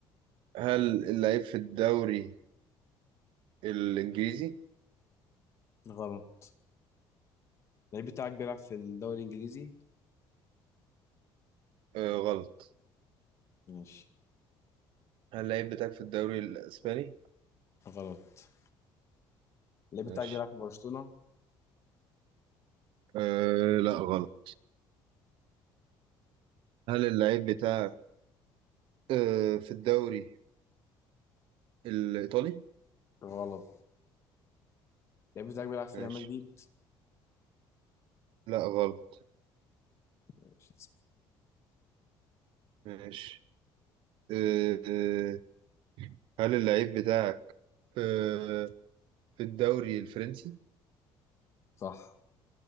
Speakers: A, on the right; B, on the left.
A: هل اللعيب في الدوري الإنجليزي؟
B: غلط اللعيب بتاعك بيلعب في الدوري الانجليزي
A: آه غلط
B: ماشي
A: هل اللعيب بتاعك في الدوري الإسباني؟
B: غلط اللعيب
A: ماشي
B: بتاعك بيلعب في برشلونة
A: آه لا غلط هل اللعيب بتاعك آه في الدوري الإيطالي؟
B: غلط اللعيب بتاعك بيلعب في
A: ماشي
B: ريال مدريد
A: لا غلط
B: ماشي
A: ماشي آه آه، هل اللعيب بتاعك آه في الدوري الفرنسي؟
B: صح